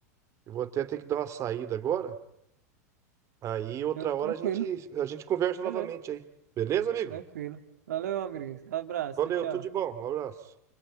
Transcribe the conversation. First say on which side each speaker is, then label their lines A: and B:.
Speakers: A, on the right; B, on the right.
A: eu vou até ter que dar uma saída agora. Aí outra
B: show,
A: hora
B: tranquilo,
A: a gente, a gente conversa novamente
B: beleza.
A: aí. Beleza, amigo?
B: Tranquilo. Valeu, amigo. Abraço,
A: Valeu,
B: tchau,
A: tudo de
B: tchau.
A: bom. Um abraço.